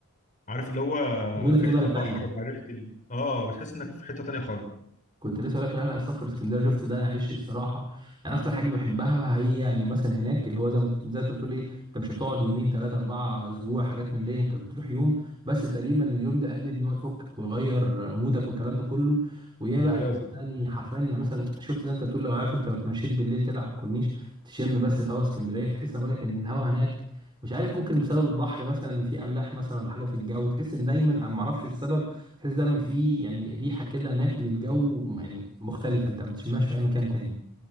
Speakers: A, on the left; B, on the right.
A: عارف اللي هو
B: مش موجود في
A: ريحه
B: أي بلد
A: البحر
B: تانية
A: مع ريحه ال... اه بتحس انك في حته تانيه خالص
B: كنت لسه اقول لك لا لا السفر اسكندريه شفت ده عيش الصراحه يعني اكتر حاجه بحبها هي يعني مثلا هناك اللي هو زي ما انت- زي انت بتقول ايه انت مش هتقعد يومين ثلاثه اربعه اسبوع حاجات من دي انت بتروح يوم بس تقريبا اليوم ده قادر ان هو يفكك ويغير مودك والكلام ده كله ويا بقى
A: ده
B: انت
A: لازم
B: يعني
A: مم.
B: حرفيا يعني مثلا شفت زي انت بتقول لو عارف انت لو اتمشيت بالليل كده على الكورنيش تشم بس في هوا اسكندريه تحس بقول لك ان الهوا هناك مش عارف ممكن بسبب البحر مثلا ان في املاح مثلا ولا حاجه في الجو تحس ان دايما انا ما اعرفش السبب تحس دايما في يعني ريحه كده هناك للجو يعني مختلفه انت ما بتشمهاش في اي مكان تاني